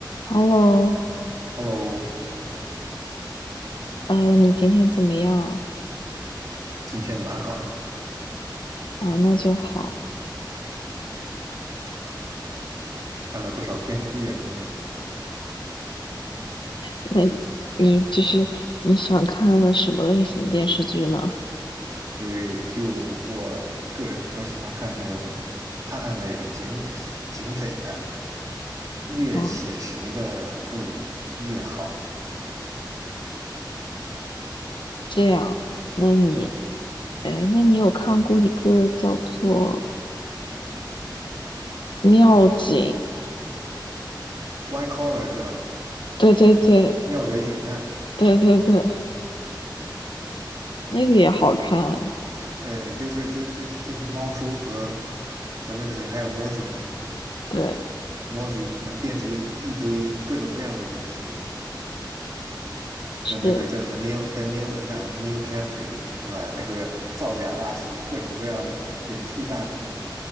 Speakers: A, on the left (about 85°); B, on the right (about 45°).
A: Hello，
B: Hello，
A: 呃，你今天怎么样
B: 今天蛮好的，
A: 啊？那就好。
B: 看了不少电视剧啊。今天，
A: 那你就是你想看什么类型电视剧呢？
B: 对，就我个人比较喜欢看那种探案类的、警警匪的，越写实的会越好。
A: 啊，这样，那你，
B: 对
A: 哎，那你有看过一个叫做《妙警》？
B: ，White Collar 是吧？
A: 对对对
B: 妙贼警探，
A: 对对对，那个也好看。
B: 呃，就是就就就是猫叔和和那个谁，还有 m o z z i
A: 对，
B: m o z z i 能变出一堆各种各样的东西，
A: 是，
B: 跟那个叫啥 Neil 跟 Neil 啊 n e i Caffrey 是吧？那个造假大师，各种各样的演戏大师